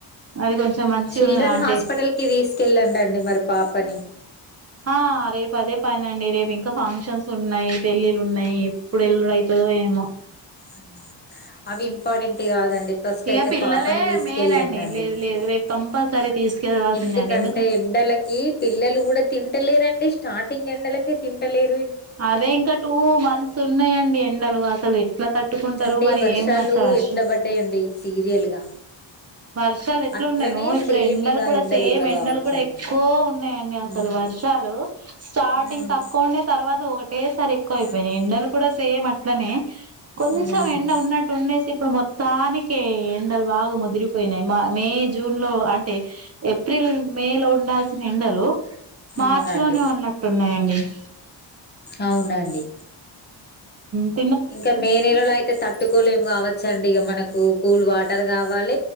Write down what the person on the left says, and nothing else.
చిల్డ్రన్
హాస్పిటల్ కి తీసుకెళ్ళంండి మరి పాపని
హ అవి ఇంపార్టెంట్ కాదండి ఫస్ట్
అయితే
పాపని తీసుకెళ్ళం
అండి
ఎందుకంటే
ఎండలకి పిల్లలు కూడా తింటలేరండి స్టార్టింగ్ ఎండలకి తిినంటలేరు
అంటే
వర్షాలు
ఎట్లా పడ్డాయండి సీరియల్ గా
అట్లనే
సేమ్
ఇగ
కావచ్చండి
ఉమ్
ఉమ్
ఉమ్
ఉమ్
అవునండి
అవునండి
ఇంకా మే నెలలో అయితే తట్టుకోలేము కావచ్చండి ఇక మనకు కూల్ వాటర్ తరగా ాల